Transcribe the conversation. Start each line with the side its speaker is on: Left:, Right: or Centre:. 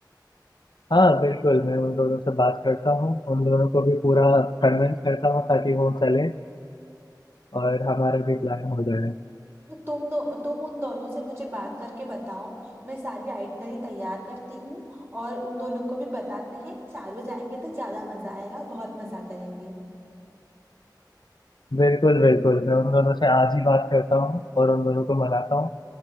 Left: हाँ बिल्कुल मैं उन दोनों से बात करता हूँ उन दोनों को भी पूरा कन्विंस करता हूँ ताकि वो चले और हमारा भी प्लान हो जाए
Right: तो तुम दो तुम उन दोनों से मुझे बात करके बताओ मैं सारी आइटनरी तैयार करती हूँ और उन दोनों को भी बताते हैं चारों जाएंगे तो ज्यादा मजा आएगा बहुत मजा करेंगे
Left: बिल्कुल बिल्कुल मैं उन दोनों से आज ही बात करता हूँ और उन दोनों को मनाता हूँ